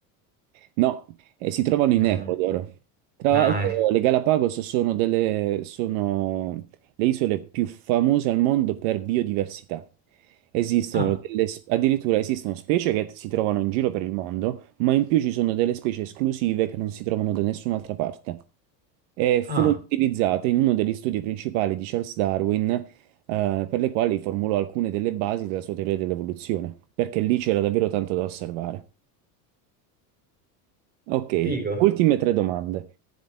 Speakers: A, on the right; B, on the right.
A: No, eh, si trovano in
B: No.
A: Ecuador. Tra
B: Ah,
A: l'altro,
B: eh.
A: le Galapagos sono delle, sono le isole più famose al mondo per biodiversità. Esistono
B: Ah,
A: delle, sp- addirittura esistono specie che si trovano in giro per il mondo, ma in più ci sono delle specie esclusive che non si trovano da nessun'altra parte. e furono
B: ah,
A: utilizzate in uno degli studi principali di Charles Darwin, eh, per le quali formulò alcune delle basi della sua teoria dell'evoluzione, perché lì c'era davvero tanto da osservare. Ok,
B: figo.
A: ultime tre domande.